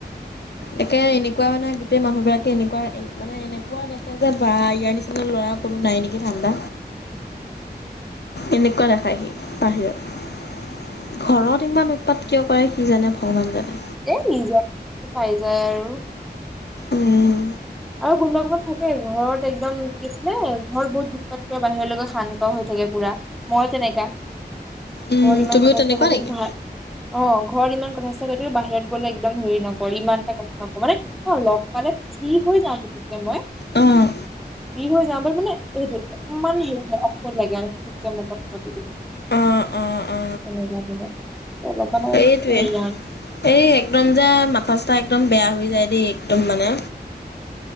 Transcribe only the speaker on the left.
একে এনে এনেকুৱা মানে গোটেই মানুহ বিলাকে এনেকুৱা মানে এনেকুৱা দেখে যে বা ইয়াৰ নিচিনা ল'ৰা কোনো নাই নেকি ঠাণ্ডা। এনেকুৱা নাখায় সি। বাহিৰত ঘৰত ইমান উৎপাত কিয় কৰে সি জানে ভগৱান জানে।
উম
উম
তুমিও
তেনেকুৱা
নেকি
অ'
অ 'অ 'অ
'সেইটোৱে
এই একদম যে মাথা চাথা একদম বেয়া হৈ যায় দেই একদম মানে।